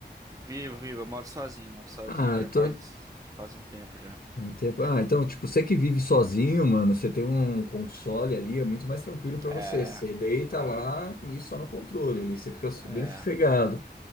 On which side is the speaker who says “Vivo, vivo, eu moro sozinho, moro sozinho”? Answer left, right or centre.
Right